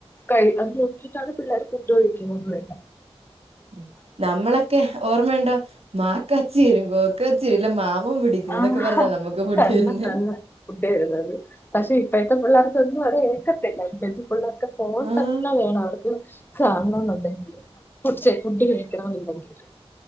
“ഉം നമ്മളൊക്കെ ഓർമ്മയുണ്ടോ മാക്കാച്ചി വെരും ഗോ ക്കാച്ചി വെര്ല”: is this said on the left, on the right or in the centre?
Right